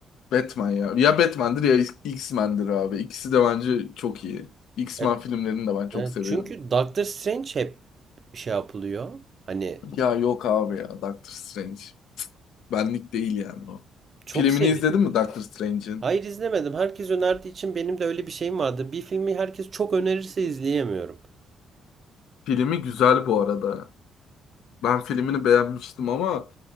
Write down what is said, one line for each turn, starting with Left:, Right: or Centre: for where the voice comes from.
Left: Batman ya. Ya Batman'dir ya X- X-Men'dir abi. İkisi de bence çok iyi. X-Men
Right: E,
Left: filmlerini de ben çok
Right: e,
Left: seviyorum.
Right: Çünkü Doctor Strange hep şey yapılıyor. Hani
Left: Ya yok abi ya Doctor Strange. Benlik değil yani o.
Right: çok
Left: Filmini
Right: seviliyor.
Left: izledin mi Doctor Strange'in?
Right: Hayır izlemedim. Herkes önerdiği için benim de öyle bir şeyim vardı. Bir filmi herkes çok önerirse izleyemiyorum.
Left: Filmi güzel bu arada. Ben filmini beğenmiştim ama